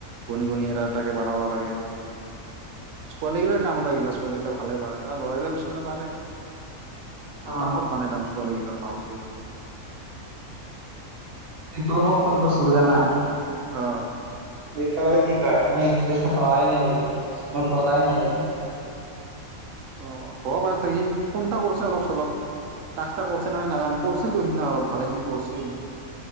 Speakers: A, on the right; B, on the right.
A: গণি গনি এটা এাকে বনাবা লাগে ছোৱালীগিলাৰ কাম এটা গিলা ছোৱালীগিলা ভালে পাৰে তাৰ লৰাগিলাক কিছুমানে পাৰে। ফটাফত
B: অ
A: বানে তান চোৱা লাগিলে বা <unintelligible> স <unintelligible>
B: ছোৰাবক ফোন কৰিছো ব জানা
A: অ
B: সাবে কি কয় মই পইচা পাৱাই নাই বোলে মই কৰাই নাই এই
A: অ হব পাৰে চাগে সি ফোন এটা কৰিছে অলপ চলপ টাক্সটা কৰছিল না‌ নাই নাজানো কৰিছিল তো অলপ ভালেখিনি কৰছিল।